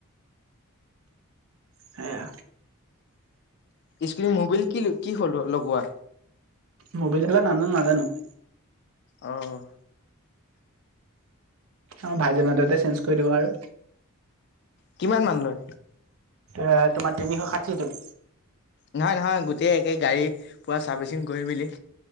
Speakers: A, on the right; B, on the left.
A: সেয়া।
B: স্কিন মোবিল কি কি হলোৱা লগোৱা।
A: মোবাইলল নান নাজানো <unintelligible>
B: অহ।
A: অ ভাই জন হতেতে চেঞ্জ কৰি দিব আৰু।
B: কিমান মান লয়?
A: এ তোমাৰ তিনিশ ষাঠিটো।
B: নহয় নহয় গোটেই একেই গাড়ী পূৰা চাৰ্ভিচিং কৰি মেলি,